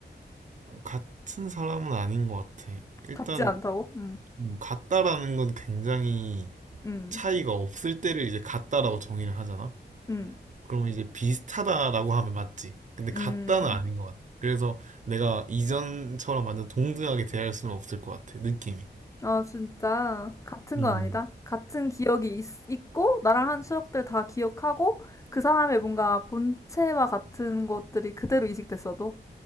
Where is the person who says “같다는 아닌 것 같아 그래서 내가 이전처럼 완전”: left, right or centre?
Right